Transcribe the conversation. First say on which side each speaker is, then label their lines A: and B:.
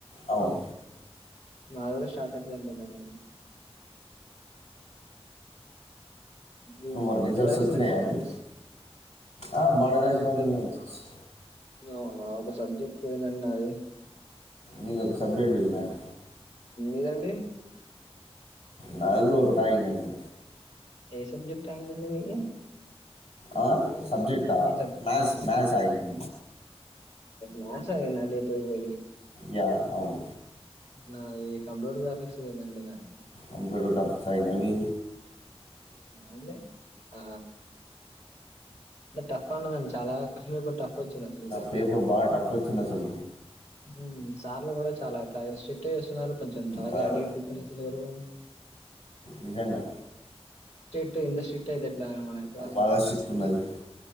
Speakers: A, on the left; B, on the left.
A: అవును
B: మాది కూడా స్టార్ట్ అయితాదనుకుంటానా జూన్
A: మరి రిజల్వస్
B: ఎటు రాశాలండి
A: వచ్చినాయాండి
B: ఎగ్జామ్స్?
A: ఆ బాండరాజ
B: ఎగ్జామ్
A: అండి మేము చస్తు
B: అవునా ఒక సబ్జెక్ట్ పోయినండి నా అది
A: నీను ఒక సబ్జెక్ట్ పోయినాను
B: ఇదండి
A: నాదికు కటయినాని
B: ఏ సబ్జెక్ట్ అయిందడి మీది
A: ఆ సబ్జెక్ట్
B: మీ సబ్
A: మాథస్ మాథస్ ఆయింది
B: మ్యాక్ సాగిందాండి పోయిపోయి
A: యా అవును
B: నాది కంప్యూటర్ గ్రాఫిక్స్ పోయిందండి నాది
A: అబ రజపు చయినవి
B: అంటే ఆ అంటే టఫ్ అన్నదండి చాలా క్వ్న్ పేపర్ టఫ్ వచ్చింది అసలు
A: పేపర్ బా టఫ్ వచ్చిందా అసలు
B: బ సార్లు కూడా చాలా స్టట్ చేస్తున్నారు కొంచెం తలాగా
A: బాగా
B: అడిడి తిప్పనిలేరు
A: నిజాంగా
B: ఎంత షట్ అయితేట్ మన అ మాసం
A: బాగా స్ట్రిక్ట్ ఉన్నది